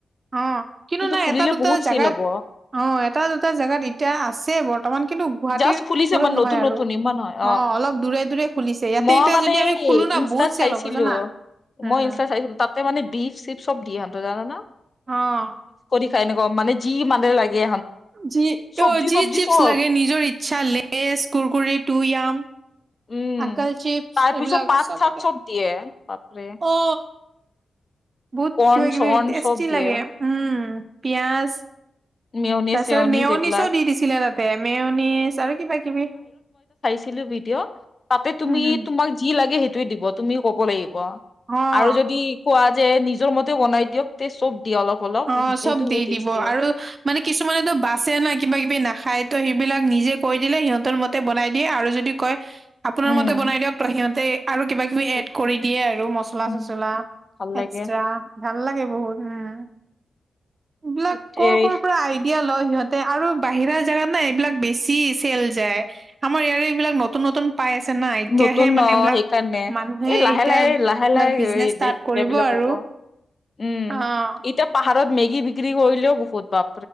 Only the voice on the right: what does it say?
অ, কিন্তু নাই
এটা দুটা
জেগাত
অ, এটা দুটা জেগাত এতিয়া আছে বৰ্তমান। কিন্তু গুৱাহাটীৰ,
ওচৰত
নহয়
আৰু
অ, অলপ দূৰে-দূৰে খুলিছে। ইয়াতে
এতিয়া
যদি আমি খোলো না
বহুত চেল
হ'ব জানা। উম।
আহ।
যি
অ যি
চিপছ্
লাগে, নিজৰ ইচ্ছা-লেইচ, কুৰকুৰি, টু য়াম
আঙ্কেল চিপছ্
এইবিলাক
চবতে,
অ, বহুত
কিবা কিবি
টেষ্টি
লাগে। উম, পিয়াজ-
তাৰপিছত
মেয়নিছো
দি দিছিলে তাতে, মেয়নিছ আৰু কিবা কিবি।
উম,
অ'।
অ
চব দি
দিব
আৰু মানে কিছুমানেতো বাচে না, কিবা-কিবি নাখায় তো সেইবিলাক নিজে কৈ দিলে সিহঁতৰ মতে বনাই দিয়ে। আৰু যদি বুলি কয়। আপোনাৰ
মতে বনাই দিয়ক ত সিহঁতে আৰু কিবা কিবি
এড কৰি দিয়ে আৰু মচলা-চচলা।
এক্সট্ৰা, ভাল লাগে বহুত উম। এইবিলাক
ক'ৰ-ক'ৰ পৰা আইডিয়া লয় সিহঁতে আৰু বাহিৰা জেগাত না এইবিলাক বেছি, বেছি চেল যায়। আমাৰ ইয়াৰে এইবিলাক নতুন নতুন পাই আছে না এতিয়াহে
মানে এইবিলাক
মানুহে
এতিয়া
এইবিলাক
বিজনেচ
ষ্টাৰ্ট কৰিব
আৰু
অ